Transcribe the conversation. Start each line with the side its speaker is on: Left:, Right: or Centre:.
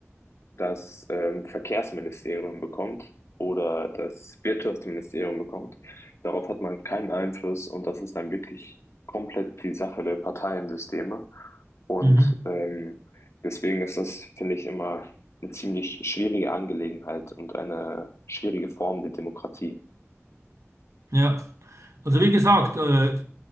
Left: das ähm, Verkehrsministerium bekommt oder das Wirtschaftsministerium bekommt. Darauf hat man keinen Einfluss und das ist dann wirklich komplett die Sache der Parteiensysteme. Und
Right: mhm,
Left: ähm, deswegen ist das, finde ich, immer eine ziemlich schwierige Angelegenheit und eine schwierige Form der Demokratie.
Right: ja. Also wie gesagt, äh,